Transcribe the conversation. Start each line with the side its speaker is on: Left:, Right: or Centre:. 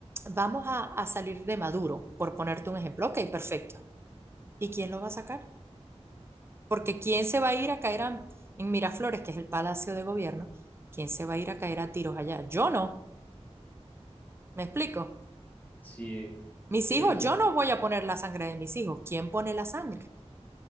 Right: vamos a, a salir de Maduro, por ponerte un ejemplo, ok, perfecto. ¿Y quién lo va a sacar? Porque ¿quién se va a ir a caer a- en Miraflores, que es el Palacio de Gobierno? ¿Quién se va a ir a caer a tiros allá? Yo no, ¿me explico?
Left: Sí,
Right: Mis
Left: sí,
Right: hijos,
Left: pues
Right: yo no voy a poner la sangre de mis hijos. ¿Quién pone la sangre?